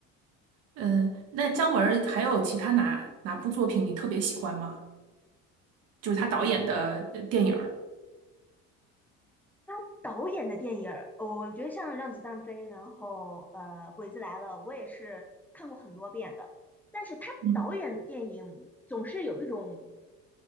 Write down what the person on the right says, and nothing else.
嗯，那姜文儿还有其他哪哪部作品你特别喜欢吗？就是他导演的呃电影儿
嗯，